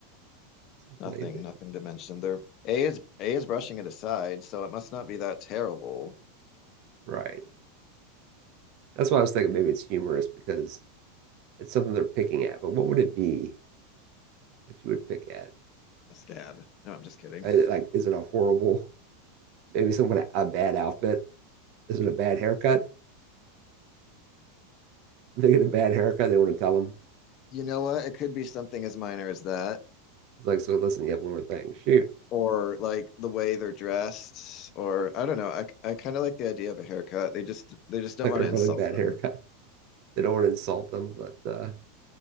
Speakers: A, on the right; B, on the left.
A: something
B: Nothing,
A: they did
B: nothing to mention. They're A is A is brushing it aside, so it must not be that terrible.
A: right That's why I was thinking maybe it's humorous because it's something they're picking at. But what would it be that you would pick at?
B: A scab. No, I'm just kidding.
A: I, like, is it a horrible, maybe someone a bad outfit? Is it a bad haircut? <laughs> They get a bad haircut, they want to tell them.
B: you know what? It could be something as minor as that,
A: It's like, so listen, you have one more thing. Shoot,
B: or like the way they're dressed, or I don't know. I I kind of like the idea of a haircut. They just
A: <laughs>
B: they just don't
A: like
B: want
A: a
B: to
A: really
B: insult
A: bad
B: them.
A: haircut. They don't want to insult them, but uh,